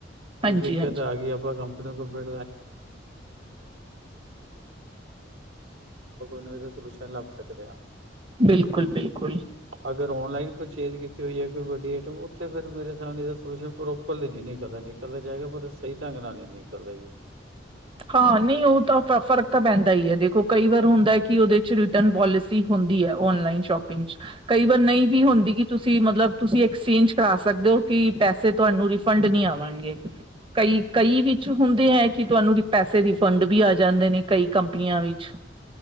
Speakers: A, on the right; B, on the right.
A: ਕੋਈ
B: ਹਾਂਜੀ
A: ਦਿੱਕਤ
B: ਹਾਂਜੀ
A: ਆ ਗਈ ਆਪਾਂ ਕੰਪ <unintelligible> ਹੋਰ ਆਪਾਂ ਕੋਈ ਨਾ ਕੋਈ ਸੋਲੂਸ਼ਨ ਲੱਬ ਸਕਦੇ ਆਂ।
B: ਬਿਲਕੁਲ-ਬਿਲਕੁਲ।
A: ਅਗਰ ਔਨਲਾਈਨ ਪਰਚੇਜ ਕੀਤੀ ਹੋਈ ਹੈ ਕੋਈ ਵੱਡੀ ਆਈਟਮ ਓਥੇ ਫੇੇਰ ਮੇਰੇ ਏਨਾਂ ਦਾ ਸੋਲੂਸ਼ਨ ਪ੍ਰੋਪਰਲੀ ਨੀ ਨਿਕਲਦਾ। ਨਿਕਲ ਤਾਂ ਜਾਏਗਾ ਪਰ ਸਈ ਢੰਗ ਨਾਲ ਨਈ ਨਿਕਲਦਾ ਜੀ।
B: ਹਾਂ, ਨਈ ਓਹ ਤਾਂ ਫ ਫਰਕ ਤਾਂ ਪੈਂਦਾ ਈ ਐ। ਦੇਖੋ ਕਈ ਵਾਰ ਹੁੰਦੈ ਕਿ ਓਹਦੇ ਚ ਰਿਟਨ ਪੋਲਿਸੀ ਹੁੰਦੀ ਐ ਔਨਲਾਈਨ ਸ਼ੋਪਿੰਗ ਚ। ਕਈ ਵਾਰ ਨਈ ਵੀ ਹੁੰਦੀ ਕਿ ਤੁਸੀਂ ਕਿ ਮਤਲਬ ਤੁਸੀਂ ਐਕਸਚੇਂਜ ਕਰਾ ਸਕਦੇ ਓ, ਕਿ ਪੈਸੇ ਤੁਵਾਨੂੰ ਰਿਫੰਡ ਨਈ ਆਵਨਗੇ। ਕਈ-ਕਈ ਵਿੱਚ ਹੁੰਦੇ ਐ। ਕਿ ਤਵਾਨੂੰ ਪੈਸੇ ਰਿਫੰਡ ਵੀ ਆ ਜਾਂਦੇ ਨੇ ਕਈ ਕੰਪਨੀਆਂ ਵਿੱਚ।